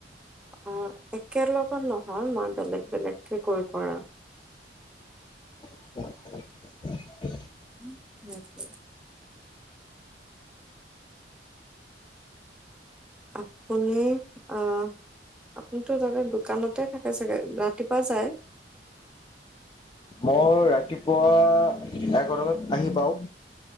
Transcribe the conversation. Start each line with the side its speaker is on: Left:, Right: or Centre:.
Centre: অ একে লগত নহয় মই বেলেগ বেলেগকে কৈ কৰা
Left: হয়
Centre: উম আপুনি অ আপুনিতো তাতে দোকানত তাতে থাকে চাগে ৰাতিপুৱা যায়
Left: মই ৰাতিপুৱা এঘাৰটাত আহি পাওঁ